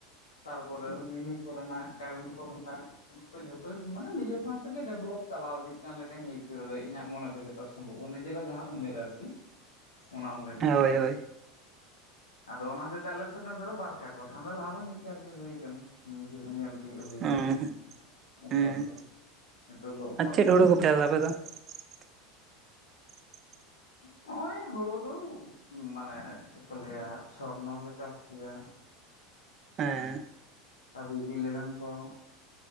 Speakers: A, on the left; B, on the right.
A: ᱛᱟᱨᱯᱚᱨᱮ ᱢᱤᱱᱤᱼᱼ ᱠᱚᱨᱮ ᱱᱟᱜ ᱠᱟᱨᱮᱱᱴ ᱠᱚᱨᱮ ᱱᱟᱜ ᱱᱤᱛᱚᱜ ᱡᱷᱚᱛᱚ ᱢᱟᱱᱮ ᱱᱤᱡᱮ ᱥᱟᱶ ᱛᱮᱜᱮ ᱰᱮᱵᱽᱞᱚᱯ ᱪᱟᱞᱟᱣ ᱤᱫᱤᱜᱼᱼ ᱠᱟᱱ ᱞᱮᱠᱟᱧ ᱟᱹᱭᱠᱟᱹᱣ ᱫᱟ ᱤᱧᱟᱹᱜ ᱢᱚᱱᱮ ᱛᱮ ᱡᱚᱛᱚ ᱥᱚᱢᱵᱷᱚᱵᱽ ᱱᱤᱡᱮ ᱨᱟᱜ ᱡᱟᱦᱟᱸᱼᱼ ᱩᱢᱮᱨ ᱟᱨ ᱠᱤ ᱚᱱᱟ ᱩᱢᱮᱨ ᱞᱮᱠᱟ
B: ᱦᱳᱭ
A: ᱛᱮᱜᱮ᱾
B: ᱦᱳᱭ
A: ᱟᱫᱚ ᱚᱱᱟ ᱦᱚᱛᱮᱡ ᱛᱮ ᱟᱞᱮ ᱥᱮᱜ ᱫᱚ ᱱᱤᱛᱚᱜ ᱫᱚ ᱵᱟᱨ ᱠᱷᱟᱴ ᱵᱟᱠᱷᱟᱱ ᱫᱚ ᱞᱟᱦᱟ ᱫᱚ ᱢᱤᱫ ᱠᱟᱴ ᱜᱮ ᱦᱩᱭ ᱠᱟᱱᱟ᱾ ᱱᱤᱡᱮ ᱦᱚᱸ ᱧᱮᱞ ᱛᱤᱭᱟᱹᱜ ᱦᱩᱭ
B: ᱦᱩᱸ
A: ᱠᱟᱱᱟ ᱱᱚᱣᱟ ᱠᱚ᱾ ᱚᱵᱷᱟᱵᱽ
B: ᱦᱩᱸ
A: ᱫᱚ ᱱᱤᱛᱚᱜ ᱫᱚ ᱚᱵᱷᱟᱵᱽ
B: ᱟᱨ ᱪᱮᱫ
A: ᱫᱚ
B: ᱦᱩᱲᱩ
A: ᱵᱟᱝ᱾
B: <unintelligible> <inaudible>
A: ᱱᱚᱦᱚᱜᱼᱚᱭ ᱦᱳᱲᱳ ᱫᱚ ᱢᱟᱱᱮ ᱪᱮᱫ ᱠᱚ ᱞᱟᱹᱭᱟ ᱥᱚᱨᱱᱚ ᱞᱮ ᱪᱟᱥ ᱜᱮᱭᱟ᱾
B: ᱦᱮᱸ
A: ᱦᱮᱸ <unintelligible> ᱠᱚ᱾